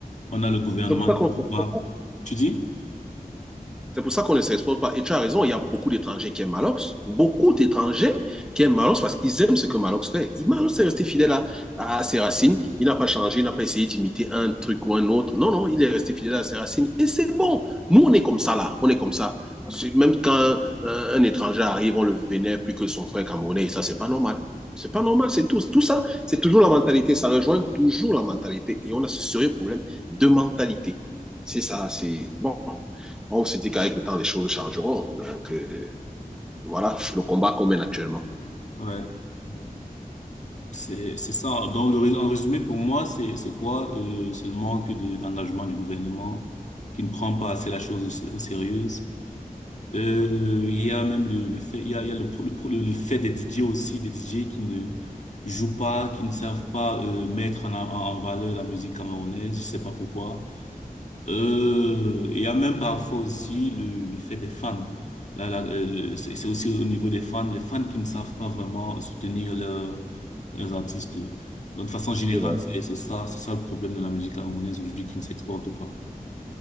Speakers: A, on the left; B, in the centre.
A: on a le gouvernement
B: pour ça
A: qui
B: qu'on
A: ne
B: ne
A: dit
B: se
A: pas.
B: comprend pas.
A: Tu dis?
B: C'est pour ça qu'on ne s'exporte pas. Et tu as raison, il y a beaucoup d'étrangers qui aiment Malox, beaucoup d'étrangers qui aiment Malox parce qu'ils aiment ce que Malox fait. Malox est resté fidèle à, à ses racines, il n'a pas changé, il n'a pas essayé d'imiter un truc ou un autre. Non, non, il est resté fidèle à ses racines et c'est bon. Nous, on est comme ça là, on est comme ça. Même quand un, un étranger arrive, on le vénère plus que son frère camerounais, et ça, c'est pas normal. C'est pas normal, c'est tout. Tout ça, c'est toujours la mentalité, ça rejoint toujours la mentalité. Et on a ce sérieux problème de mentalité. C'est ça, c'est bon on se dit qu'avec le temps, les choses changeront. Donc, euh, voilà, le combat qu'on mène actuellement.
A: Ouais. Ouais. C'est, c'est ça. Donc, le, rés- en résumé, pour moi, c'est, c'est quoi? Euh, c'est le manque de, d'engagement du gouvernement qui ne prend pas assez la chose au, sé- au sérieux Euh, il y a même le, le fait, il y a, il y a le, pro- le, pro- le le fait des DJ aussi, des DJ qui ne jouent pas, qui ne savent pas euh, mettre en, en, en valeur la musique camerounaise, je sais pas pourquoi. Euh, et il y a même parfois aussi le, le fait des fans. Là, là, euh, le- c'est c'est aussi au niveau des fans, les fans qui ne savent pas vraiment soutenir leurs leurs artistes. Donc, de façon générale,
B: Ouais,
A: c'est c'est ça, c'est ça le problème de la musique camerounaise aujourd'hui qui ne s'exporte pas.